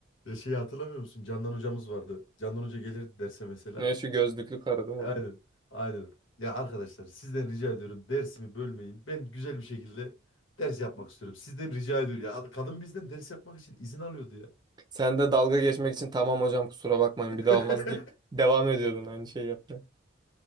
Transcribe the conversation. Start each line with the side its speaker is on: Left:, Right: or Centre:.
Left: Ya şeyi hatırlamıyor musun? Candan hocamız vardı. Candan hoca gelirdi derse mesela.
Right: Ne şu gözlüklü karı değil mi?
Left: Aynen. Aynen. Ya arkadaşlar sizden rica ediyorum dersimi bölmeyin. Ben güzel bir şekilde ders yapmak istiyorum. Sizden rica ediyorum. Ya kadın bizden ders yapmak için izin alıyordu ya.
Right: Sen de dalga geçmek için tamam hocam kusura bakmayın bir daha
Left: <laughs>
Right: olmaz deyip devam ediyordun aynı şeyi yapmaya.